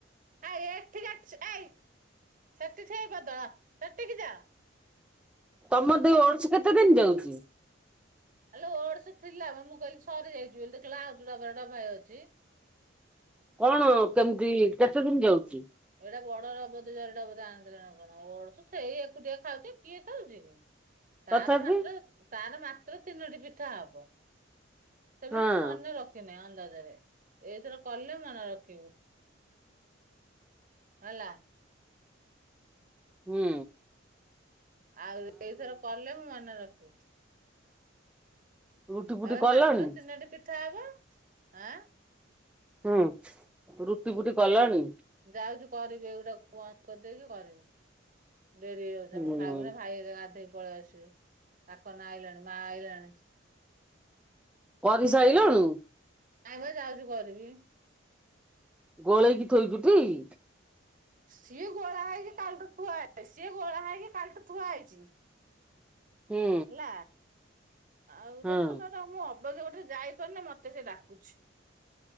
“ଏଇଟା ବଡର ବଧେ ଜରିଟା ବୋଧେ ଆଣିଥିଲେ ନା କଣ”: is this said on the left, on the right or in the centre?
Right